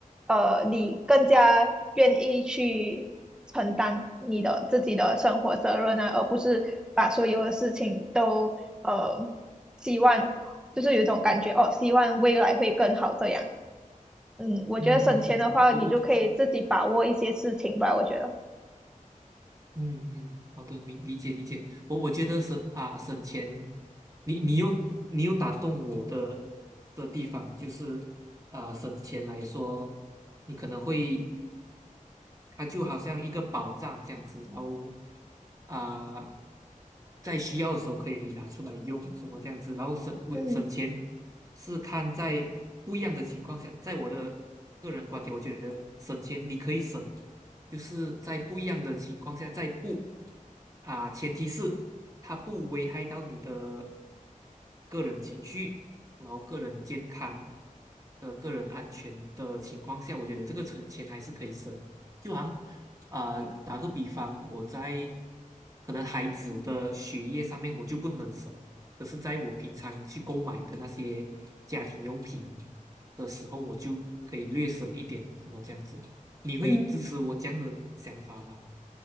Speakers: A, in the centre; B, on the right.
A: 呃，你更加愿意去承担你的自己的生活责任啊，而不是把所有的事情都呃希望。就是有一种感觉哦，希望未来会更好这样。嗯，我觉得省钱的话，
B: 嗯嗯嗯，我我
A: 你就可以自己把握一些事情吧，我觉得。
B: 嗯嗯，好的，明理解理解。我我觉得省啊省钱，你你又你又打动我的的地方就是啊省钱来说，你可能会。它就好像一个宝藏这样子，然后啊、在需要的时候可以拿出来用，什么这样子，然后省为省钱
A: 嗯
B: 是看在不一样的情况下，在我的个人观点，我觉得省钱你可以省，就是在不一样的情况下，在不啊、前提是它不危害到你的个人情绪，然后个人健康的个人安全的情况下，我觉得这个钱钱还是可以省。就好像啊、打个比方，我在可能孩子的学业上面我就不能省，可是在我平常去购买的那些家庭用品的时候，我就可以略省一点，怎么这样子？你会支持我这样的想法吗？
A: 嗯